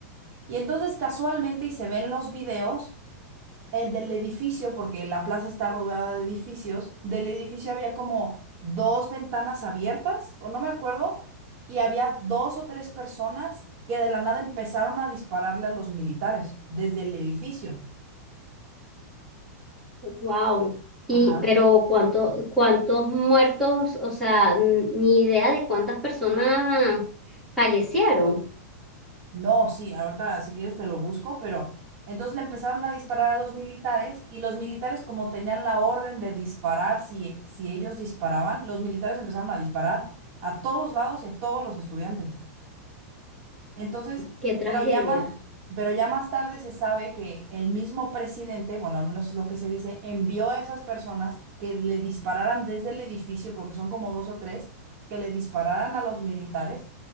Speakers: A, on the right (about 30°); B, in the centre.
A: Y entonces casualmente, y se ven los videos, el del edificio, porque la plaza está rodeada de edificios, del edificio había como dos ventanas abiertas, o no me acuerdo, y había dos o tres personas que de la nada empezaron a dispararle a los militares desde el edificio.
B: Wow. Y,
A: Ajá.
B: pero cuánto, cuántos muertos, o sea, n- ni idea de cuántas personas fallecieron.
A: No, sí, ahorita si quieres te lo busco, pero entonces le empezaron a disparar a los militares y los militares como tenían la orden de disparar si, si ellos disparaban, los militares empezaron a disparar a todos lados y a todos los estudiantes. Entonces,
B: Qué tragedia.
A: pero ya más, pero ya más tarde se sabe que el mismo presidente, bueno, al menos es lo que se dice, envió a esas personas que le dispararan desde el edificio, porque son como dos o tres, que le dispararan a los militares.